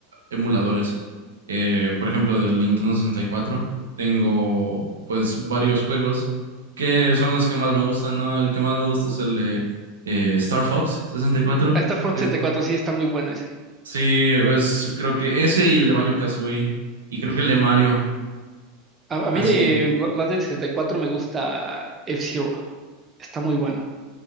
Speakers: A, on the right (about 80°); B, on the right (about 25°).
A: emuladores. Eh, por ejemplo, del Nintendo 64 tengo pues varios juegos que son los que más me gustan, ¿no? El que más me gusta es el de eh, Star Fox sesenta y cuatro
B: Ah, Star Fox
A: que
B: setenta y cuatro sí, está muy bueno ese.
A: sí, pues creo que ese y el de Banjo-Kazooie y creo que el de Mario,
B: A, a mí
A: así.
B: de más del 64 me gusta F-Zero. Está muy bueno.